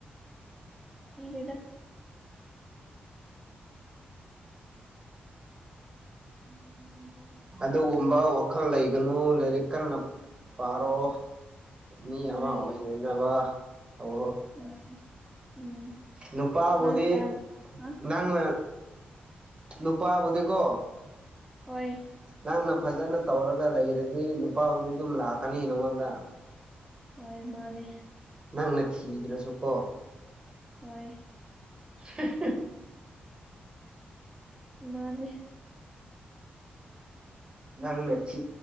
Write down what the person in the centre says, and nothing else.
ꯈꯪꯗ‌ꯦꯗ ꯎꯝ <unintelligible>
ꯍꯣꯏ
ꯍꯣꯏ ꯎꯝ
ꯅꯪ ꯆꯥ ꯑ
ꯍꯣꯏ
ꯍꯣꯏ ꯃꯥꯅꯦ
ꯍꫭꯏ
ꯃꯥꯅꯦ